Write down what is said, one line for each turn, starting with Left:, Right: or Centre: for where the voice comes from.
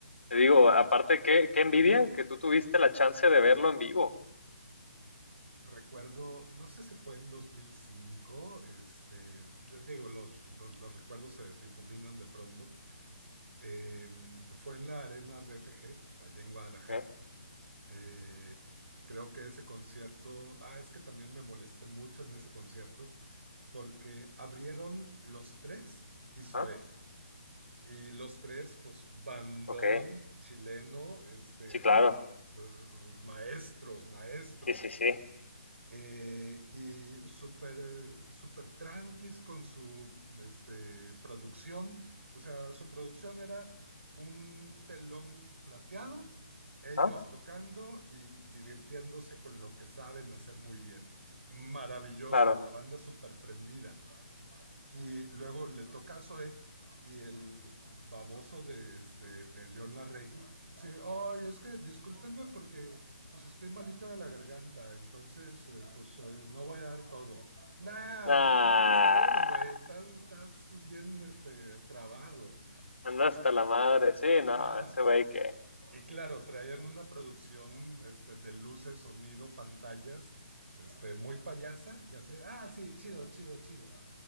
Left: te digo, aparte, qué, qué envidia que tú tuviste la chance de verlo en vivo.
Right: Recuerdo, no sé si fue en 2005, este, d- digo, los, los, los recuerdos se difuminan de pronto. Eh, fue en la Arena BFG, allá en Guadalajara.
Left: ¿Eh?
Right: Eh, creo que ese concierto, ah, es que también me molesté mucho en ese concierto porque abrieron Los Tres y Zoé.
Left: ¿Ah?
Right: Y Los Tres, pues, bandón
Left: Ok,
Right: chileno, este,
Left: sí,
Right: uf,
Left: claro.
Right: s- s- maestros, maestros
Left: Sí, sí, sí.
Right: eh, y súper eh, súper tranquis con su este, producción. O sea, su producción era un telón plateado, ellos
Left: ¿Ah?
Right: tocando y divirtiéndose con lo que saben hacer muy bien. Maravilloso,
Left: Claro.
Right: y la banda súper prendida. Y luego le toca a Zoe y el baboso de, este, de León Larregui, sí, ay, es que discúlpenme porque pues estoy malito de la garganta, entonces eh, pues eh, no voy a dar todo. Nah,
Left: Ah.
Right: estás crudo, güey, estás bien este, trabado.
Left: Anda hasta la madre, sí,
Right: Ajá.
Left: no, ese güey que,
Right: Y claro, traían una producción este, de luces, sonido, pantallas, este, muy payasa, y así, ah, sí, chido, chido, chido.